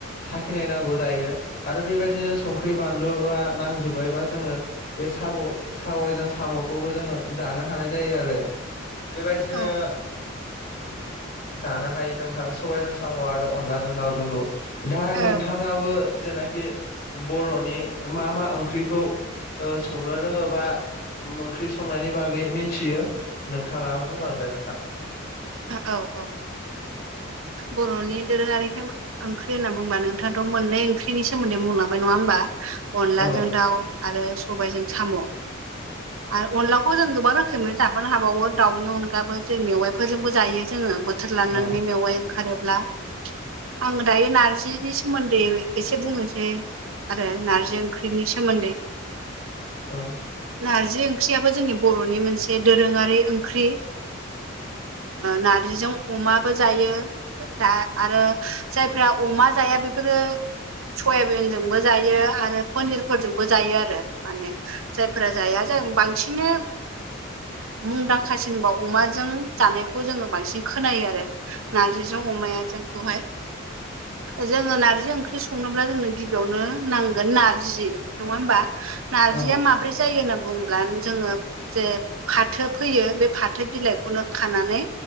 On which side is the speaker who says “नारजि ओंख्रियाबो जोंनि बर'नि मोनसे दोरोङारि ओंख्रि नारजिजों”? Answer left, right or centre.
Right